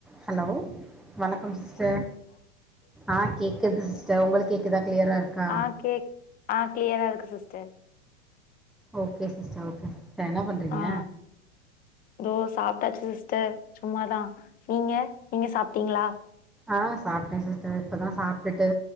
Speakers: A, in the centre; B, on the left.
A: Hello வணக்கம் sister ஆ கேக்குது சிஸ்டர் உங்களுக்கு கேக்குதா கிளியரா இருக்கா
B: ஆஹ் கேக் ஆஹ் கிளியரா இருக்கு சிஸ்டர்
A: ஓகே சிஸ்டர் ஓகே என்ன பண்றீங்க
B: ஆஹ் தோ சாப்ட்டாச்சு சிஸ்டர் சும்மாதா நீங்க நீங்க சாப்ட்டீங்களா
A: ஆஹ் சாப்ட்டேன் சிஸ்டர் இப்பதான் சாப்பிட்டுட்டு